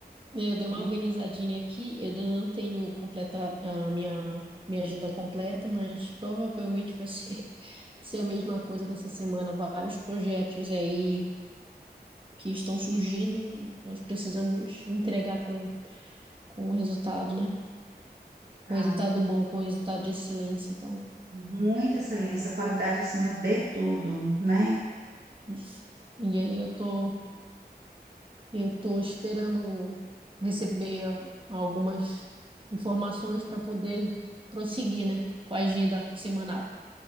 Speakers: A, on the right; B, on the right.
A: Né, Eu dei
B: Como
A: uma organizadinha
B: é que
A: aqui, eu ainda não tenho completa a minha, minha agenda completa, mas provavelmente vai ser, <laughs> ser a mesma coisa dessa semana. Vários projetos aí que estão surgindo e nós precisamos entregar com, com o resultado, né? Com
B: tá?
A: resultado
B: Então,
A: bom, com resultado de excelência. Então,
B: muita excelência, qualidade acima de tudo, né?
A: isso. E aí eu tô, eu tô esperando receber ah, algumas informações para poder prosseguir, né? Com a agenda semanal.